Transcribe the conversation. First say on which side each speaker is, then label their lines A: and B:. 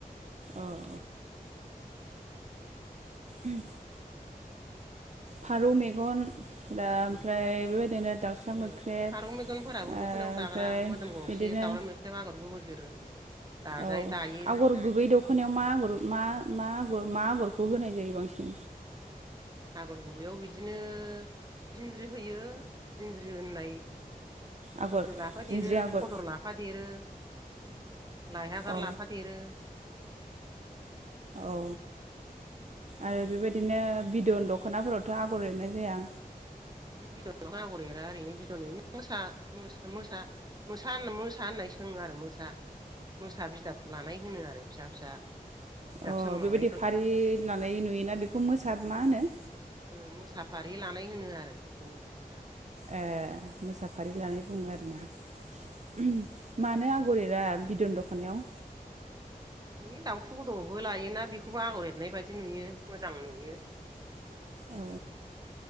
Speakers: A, on the right; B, on the right.
A: औ औ। उम फारौ मेगन दा ओमफ्राय बेबायदिनो दाउसा मोख्रेब
B: ओ फारौ मेगनफोराबो
A: ओ
B: दखनायाव
A: ओमफ्राय
B: दाग्रा मोदोम गंसे
A: बिदिनो
B: दावराव मोख्रेब आगर गुबै फेरो दाजाय
A: औ
B: दायो।
A: आगर गुबै दखनायाव मा आगर मागर मा आगरखौ होनाय जायो बांसिन।
B: आगर गुबैयाव बिदिनो जिंज्रि होयो जिन्ज्रि होननाय जिन्ज्रि
A: आगर
B: लाफा
A: जिन्ज्रि
B: देरो
A: आगर
B: खदर लाफा देरो। लाया गार
A: औ
B: लाफा देरो।
A: औ आरो बेबायदिनो बिदन दखनाफोरावथ आगर एरनाय जाया।
B: बिदन आगर एरा ओरैनो बिदननो मो मोसा मोसा होन मोसा होननाय सोङो आरो मोसा मोसा बिदाब लानाय होनो आरो फिसा फिसा। बिदाब
A: अ
B: सोंलांनायफोरखौ
A: बेबायदि फारि लानाय नुयोना बेखौ मोसा मा होनो
B: ओं मोसाफारि लानाय होनो आरो जोङो गोदोना।
A: ए मोसाफारि लानाय बुङो आरोना मानो आगर एरा बिदन दखनायाव?
B: बे दाउथु गोदआवबो लायोना बेखौबो आगर एरनाय बायदि नुयो मोजां नुयो।
A: औ